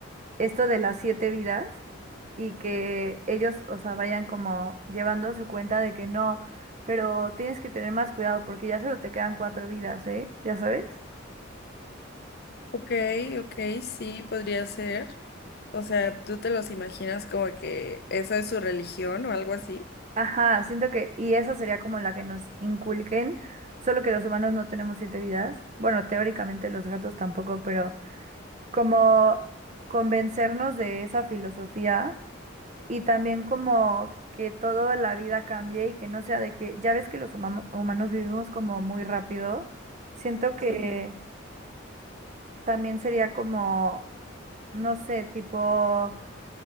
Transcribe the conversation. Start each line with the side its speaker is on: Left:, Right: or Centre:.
Right: esto de las siete vidas y que ellos, o sea, vayan como llevando su cuenta de que no, pero tienes que tener más cuidado porque ya solo te quedan cuatro vidas, ¿eh? ¿Ya sabes?
Left: Ok, ok, sí, podría ser. O sea, ¿tú te los imaginas como que esa es su religión o algo así?
Right: Ajá, siento que, y esa sería como la que nos inculquen, solo que los humanos no tenemos siete vidas. Bueno, teóricamente los gatos tampoco, pero como convencernos de esa filosofía y también como que toda la vida cambie y que no sea de que, ya ves que los humamo- humanos vivimos como muy rápido, siento Sí. que también sería como, no sé, tipo,